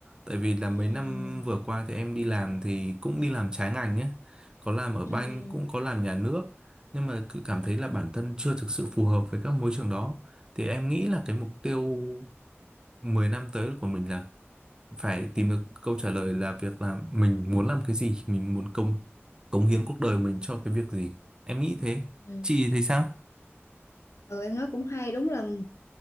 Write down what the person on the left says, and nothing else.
ừ
ừ
ừ
ừ.
ừ em nói cũng hay đúng là